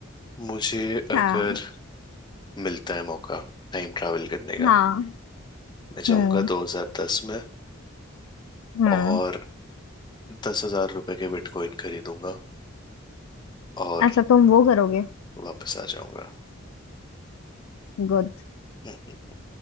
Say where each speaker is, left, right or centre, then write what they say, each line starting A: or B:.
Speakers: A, on the left; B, on the left.
A: मुझे अगर
B: हाँ
A: मिलता है मौका टाइम ट्रैवल करने का
B: हाँ
A: मैं जाऊंगा
B: हम्म
A: 2010 में
B: हम्म
A: और दस हजार रुपए के बिटकॉइन खरीदूंगा और
B: अच्छा तुम वो करोगे
A: वापस आ जाऊंगा
B: गुड
A: <laughs>